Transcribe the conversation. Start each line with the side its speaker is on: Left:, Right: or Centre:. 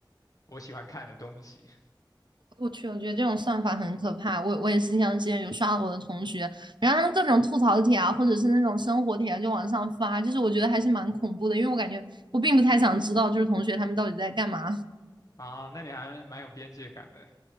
Left: 我喜欢看的东西
Right: 我去，我觉得这种算法很可怕。我我也是像之前有刷到我的同学，然后他们各种吐槽帖啊，或者是那种生活帖啊，就往上发，就是我觉得还是蛮恐怖的，因为我感觉我并不太想知道，就是同学他们到底在干嘛。
Left: 啊。那你还蛮有边界感的